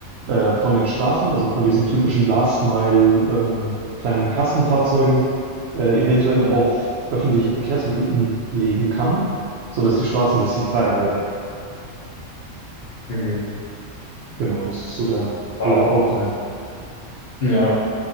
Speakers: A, on the right (about 65°); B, on the left (about 55°).
A: äh, von den Straßen, also von diesen typischen Last Mile ähm, kleinen Kastenfahrzeugen, äh, eventuell
B: Mhm.
A: auf öffentliche Verkehrsmittel umlegen kann, sodass die Straßen ein bisschen freier werden.
B: Mhm.
A: Genau, das ist so der
B: Wow.
A: grobe Outline.
B: Ja.